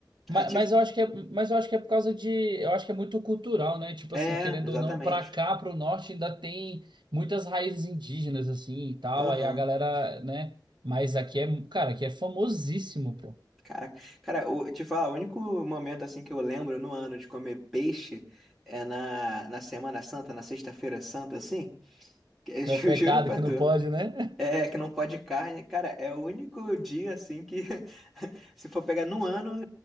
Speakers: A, on the right; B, in the centre.
A: Mas,
B: eu te...
A: mas eu acho que é, mas eu acho que é por causa de. Eu acho que é muito cultural, né? Tipo
B: é,
A: assim, querendo
B: exatamente.
A: ou não, pra cá, pro norte, ainda tem muitas raízes indígenas, assim e tal.
B: Aham.
A: Aí a galera, né? Mas aqui é. Cara, aqui é famosíssimo, pô.
B: Cara, cara, eu te falar, o único momento assim que eu lembro no ano de comer peixe é na, na Semana Santa, na Sexta-feira Santa, assim. que Eu
A: É
B: <laughs> ju-
A: o pecado
B: juro pra
A: que
B: tu.
A: não pode, né?
B: É, que não pode carne. Cara, é o único dia assim que, <laughs> se for pegar no ano,